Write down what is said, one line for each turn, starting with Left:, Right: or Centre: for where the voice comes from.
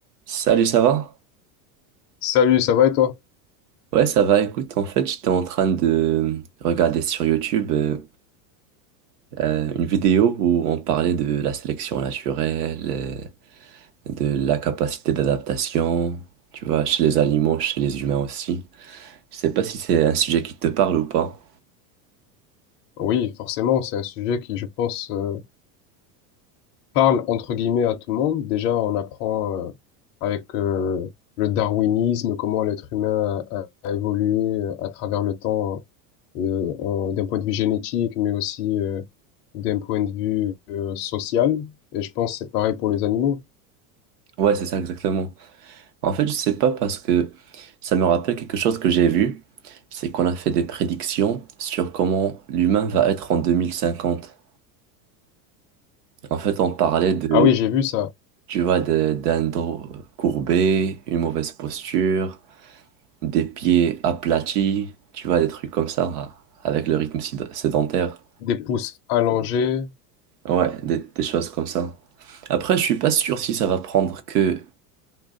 Right: Salut, ça va?
Left: Salut, ça va et toi?
Right: Ouais, ça va. Écoute, en fait, j'étais en train de regarder sur YouTube euh, euh, une vidéo où on parlait de la sélection naturelle, euh, de la capacité d'adaptation, tu vois, chez les animaux, chez les humains aussi. Je sais pas si c'est un sujet qui te parle ou pas.
Left: Oui, forcément, c'est un sujet qui, je pense, euh, parle entre guillemets à tout le monde. Déjà, on apprend euh, avec euh, le darwinisme comment l'être humain a, a évolué euh, à travers le temps, euh, en- d'un point de vue génétique, mais aussi euh, d'un point de vue euh, social. Et je pense que c'est pareil pour les animaux.
Right: Ouais, c'est ça exactement. En fait, je sais pas parce que ça me rappelle quelque chose que j'ai vu, c'est qu'on a fait des prédictions sur comment l'humain va être en 2050. En fait, on parlait de
Left: Ah oui, j'ai vu ça.
Right: Tu vois, de- d'un dos courbé, une mauvaise posture, des pieds aplatis, tu vois, des trucs comme ça, avec le rythme sid- sédentaire.
Left: Des pouces allongés.
Right: Ouais, des, des choses comme ça. Après, je suis pas sûr si ça va prendre que,